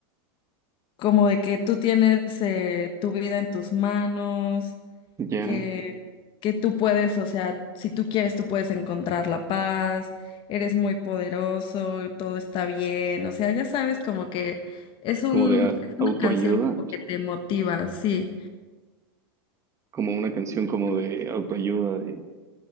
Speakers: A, on the left; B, on the right.
A: como de que tú tienes eh, tu vida en tus manos
B: ya,
A: que, que tú puedes, o sea, si tú quieres, tú puedes encontrar la paz, eres muy poderoso, todo está bien, o sea, ya sabes como que es un,
B: como de a-
A: es una
B: autoayuda.
A: canción como que te motiva, sí.
B: como una canción como de autoayuda, de